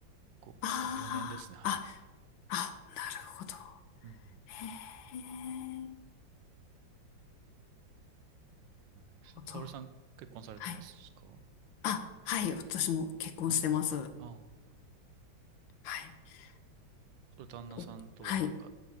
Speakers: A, on the right; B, on the left.
A: ?5、ごよ4、
B: ああ、
A: 年ですね。はい。
B: あ、あ、なるほど。
A: うん。
B: へえ。
A: はいさ、沙織さん結婚されてますか
B: そう。はい。あ、はい。私も結婚してます。
A: はい。
B: は
A: ああ。
B: い。
A: それ旦那さんとはなんか
B: お、はい。